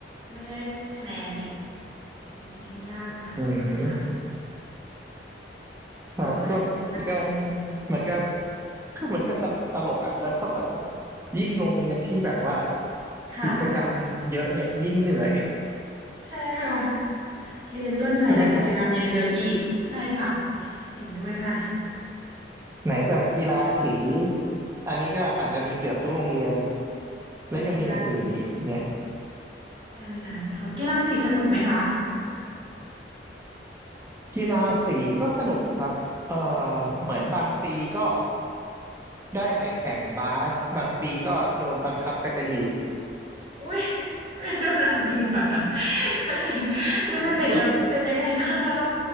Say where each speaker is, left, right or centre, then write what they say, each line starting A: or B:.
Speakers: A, on the right; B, on the right.
A: ไม่ได้คะแนนอีกนี่อันนี้ยากค่ะจริงค่ะ
B: อืม
A: จริงค่ะยากจริง
B: ครับก็มันก็มันก็ <laughs> คือมันก็ตตลกอ่ะแล้วเท่ากับว่ายิ่งโรงเรียนที่แบบว่า
A: ๆค่ะ
B: กิจกรรมเยอะเนี่ยยิ่งเหนื่อยอะ
A: ใช่ค่ะเรียนก็เหนื่อยแล้วกิจกรรมยังเยอะอีกใช่ค่ะ
B: ใช่ไหมครับ
A: เห็นด้วยค่ะ
B: ไหนจะกีฬาสีอันนี้ก็อาจจะมีเกือบทุกโรงเรียนและยังมีอย่างอื่นอีกเนี่ย
A: อ่ากีฬาสีใช่ค่ะของกีฬาสีสนุกไหมคะ
B: กีฬาสีก็สนุกครับเอ่อเหมือนบางปีก็
A: อืม
B: ได้ไปแข่งบาสบางปีก็โดนบังคับไปเป็นลีด
A: อุ้ยโดนรับเป็นเลดแล้วเป็นเลดแล้วเป็นยังไงบ้างคะต้อง
B: <laughs>